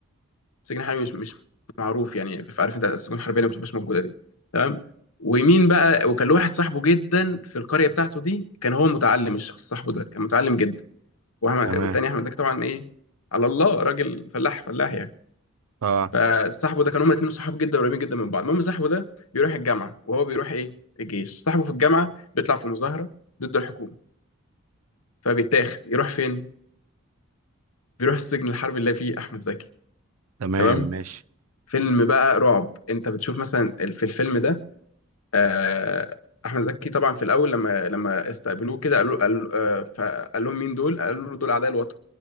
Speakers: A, on the left; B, on the right.
A: سجن حربي مش مش معروف يعني عارف انت السجون الحربية اللي ما بتبقاش موجودة دي تمام ومين بقى وكان له واحد صاحبه جدا في القرية بتاعته دي كان هو متعلم الشخص صاحبه ده كان متعلم جدا وأحمد-
B: تمام
A: والتاني احمد زكي طبعا ايه على الله راجل فلاح فلاح يعني
B: اه
A: فصاحبه ده كانوا هما الاثنين صحاب جدا قريبين جدا من بعض المهم صاحبه ده بيروح الجامعه وهو بيروح ايه الجيش صاحبه في الجامعه بيطلع في مظاهره ضد الحكومه فبيتاخد يروح فين بيروح السجن الحربي اللي فيه احمد زكي
B: تمام
A: تمام
B: ماشي
A: فيلم بقى رعب انت بتشوف مثلا ال- في الفيلم ده آه، احمد زكي طبعا في الاول لما لما استقبلوه كده قالوا قال آه، فقال لهم مين دول قالوا له دول اعداء الوطن